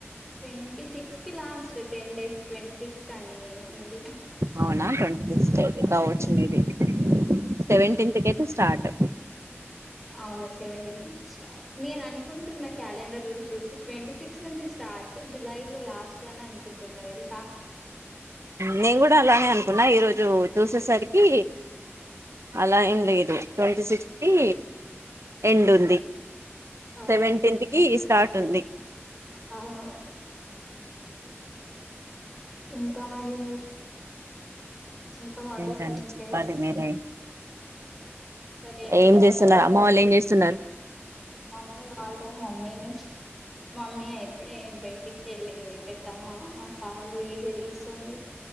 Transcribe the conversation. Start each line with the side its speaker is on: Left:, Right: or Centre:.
Centre: twenty six కి last ten days twenty six కాని ఉంది
Right: అవునా ట్వంటీ ఫిక్స్త్ అయితే కావచ్చు మేబి సెవెంటీన్త్ కి అయితే స్టార్ట్
Centre: అవునా సెవెంటీన్ నుంచి స్టార్ట్ నేను అనుకుంటున్న క్యాలెండర్ లో చూసి ట్వంటీ సిక్స్ నుంచి స్టార్ట్ జులై లో లాస్ట్ అని అనుకుంటున్నా తెలుసా
Right: నేన్‌ కూడ అలానే అనుకున్నా ఈరోోజు చూసేసరికి అలా ఏం లేదు ట్వంటీ సిక్స్ కి ఎండ్ ఉంది
Centre: అవును
Right: సెవెీన్త్ కి స్టార్ట్ ఉంది
Centre: అవును ఇంకా మరి ఇంకా హాలిడేస్
Right: ఏంటండి
Centre: ఎన్ని
Right: చెప్పాలి
Centre: డేస్
Right: మీరే
Centre: ఇంక టెన్ డేస్
Right: ఏం
Centre: హాలిడేస్
Right: చేస్తున్నారు అమ్మ వాళ్ళు ఏం చేస్తున్నారు
Centre: మమ్మీ వాళ్ళు మమ్మీని మమ్మీ అయితే బయటి కెళ్ళింది పెద్దమ్మ పాలు వేడిగా తీీస్తుంది